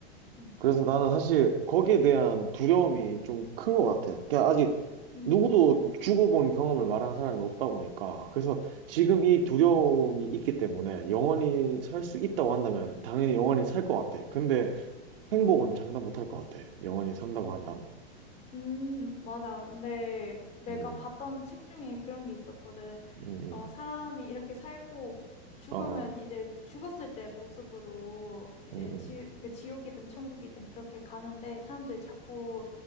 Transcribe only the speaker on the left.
음.
음.
그치.
음, 맞아. 근데 내가
봤던 책 중에 그런 게 있었거든.
어, 사람이 이렇게 살고 죽으면
이제 죽었을 때 모습으로 이제
지, 그 지옥이든 천국이든 그렇게 가는데 사람들이 자꾸